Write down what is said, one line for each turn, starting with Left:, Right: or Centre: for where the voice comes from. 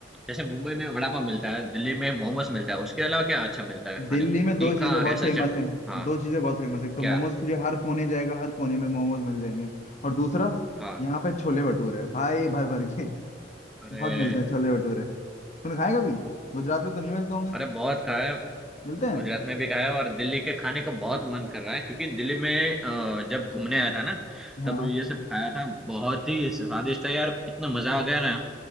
Centre: जैसे मुंबई में वड़ा पाव मिलता है दिल्ली में मोमोस मिलता है उसके अलावा क्या अच्छा मिलता है खाने
Left: दिल्ली
Centre: को
Left: में दो
Centre: तीखा
Left: चीजें बहुत
Centre: ऐसा
Left: फेमस
Centre: चट
Left: हैं
Centre: हाँ
Left: दो चीजें बहुत फेमस है एक तो
Centre: क्या
Left: मोमोज तुझे हर कोने जाएगा हर कोने में मोमोज मिल जाएंगे और दूसरा
Centre: हाँ
Left: यहाँ पे छोले भटूरे भाई भर भर के
Centre: अरे
Left: बहुत मिलते हैं छोले भटूरे तूने खाए कभी गुजरात में तो नहीं मिलते होंगे
Centre: अरे बहुत खाया
Left: मिलते हैं
Centre: गुजरात में भी खाया और दिल्ली के खाने का बहुत मन कर रहा है क्योंकि दिल्ली में अ, जब घूमने आया था ना
Left: हाँ
Centre: तब ये सब खाया था बहुत ही स्वादिष्ट है यार इतना मजा आ गया ना